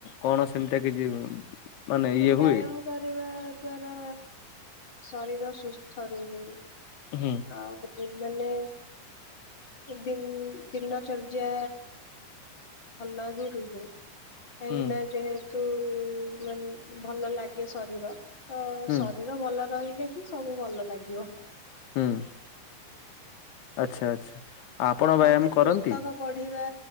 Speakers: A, on the left; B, on the left.
A: କଣ ସେମିତିୟା କିଛି ମାନେ
B: ବ୍ୟାୟାମ
A: ଇଏ ହୁଏ?
B: କରିବା ଦ୍ଵାରା ଶରୀର ସୁସ୍ଥ ରୁହେ।
A: ହୁଁ
B: ଆଉ <unintelligible> ମାନେ ଦିନ୍ ଦିନ ଚର୍ଯ୍ୟା ଭଲ ହିଁ ରୁହେ। କାହିଁକିନା
A: ହୁଁ
B: ଯେହେତୁ- ମାନେ ଭଲ ଲାଗେ ଶରୀର। ତ
A: ହୁଁ
B: ଶରୀର ଭଲ ରହିଲେ ହିଁ ସବୁ ଭଲ ଲାଗିବ।
A: ହୁଁ ଆଚ୍ଛା ଆଚ୍ଛା। ଆପଣ ବ୍ୟାୟାମ
B: ମତେ
A: କରନ୍ତି?
B: ପୁସ୍ତକ ପଢିବା